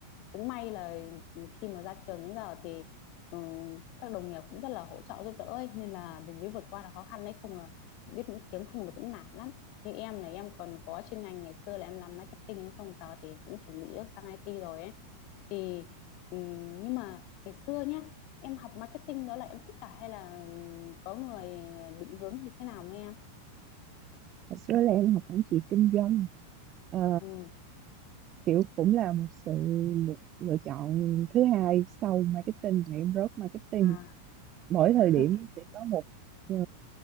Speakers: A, on the left; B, on the right.
A: cũng may là khi mà ra trường đến giờ thì ừ, các đồng nghiệp cũng rất là hỗ trợ giúp đỡ ấy, nên là mình mới vượt qua được khó khăn đấy không là biết mỗi tiếng không là cũng nản lắm nhưng em này em còn có chuyên ngành ngày xưa là em làm marketing đúng không giờ thì cũng chuẩn bị bước sang IT rồi ấy thì ừ, nhưng mà ngày xưa nhá em học marketing đó là em thích cả hay là có người định hướng thì thế nào với em
B: hồi xưa là em học quản trị kinh doanh Ờ,
A: ừ
B: kiểu cũng là một sự lựa, lựa chọn thứ hai sau marketing và em rớt marketing
A: à
B: mỗi thời
A: <laughs>
B: điểm sẽ có một ờ,